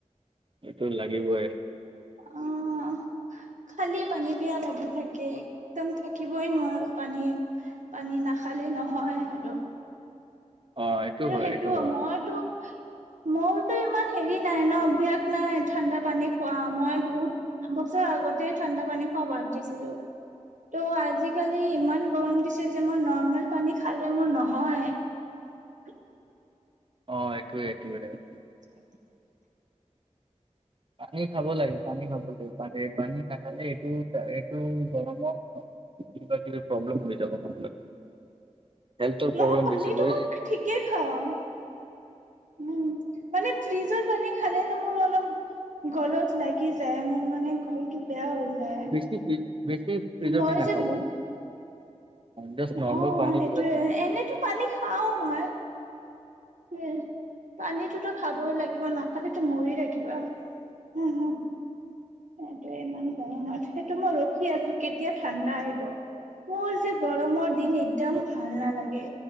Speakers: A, on the right; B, on the right.
A: এইটো লাগিবই।
B: অহ খালি পানী পিয়াহ লাগি থাকে। একদম থাকিবই নোৱাৰোঁ পানী পানী নাখালে। নহয় আৰু।
A: অ এইটো
B: আৰু
A: হয়
B: সেইটো
A: এইটো হয়
B: মইতো মোৰতো ইমান হেৰি নাই ন অভস্যাস নাই ঠাণ্ডা পানীত। খোৱা মই বহুত বছৰ আগতেই ঠাণ্ডা পানী খোৱা বাদ দিছিলো। ত' আজিকালি ইমান গৰম দিছে যে মই নৰ্মেল পানী খালে মোৰ নহয়। <unintelligible>
A: অ এইটোৱে এইটোয়েই।
B: <unintelligible>
A: পানী খাব লাগে পানী খাব লাগে পান পানী নাখালে এইটো এইটো গৰমত। কিবা কিবি প্ৰব্লেম হৈ যাব নহলে হেল্থৰ
B: ইয়াত
A: প্ৰব্লেম
B: পানীটো
A: বেছি হয়
B: মই ঠিকেই খাওঁ উম। মানে ফ্ৰিজৰ পানী খালে ন মোৰ অলপ। গলত লাগি যায় মোৰ মানে গলটো। বেয়া হৈ যায়
A: বেছি ফ্ৰিজ- বেছি ফ্ৰিজৰ
B: মই
A: পানী নাখাবা
B: যে।
A: জাষ্ট নৰ্মেল
B: অ
A: পানী
B: সেইটোয়ে
A: বিলাক খা।
B: এনেতো পানী খাওঁ মই। হ পানীটোতো খাবইে লাগিব নাখালেতো মৰি থাকিবা। হুম হুম। সটো ইমান গৰমত সেইটো মই ৰখি আছো, কেতিয়া ঠাণ্ডা আহিব। মোৰ যে গৰমত দিন একদম
A: অ
B: ভাল নালাগে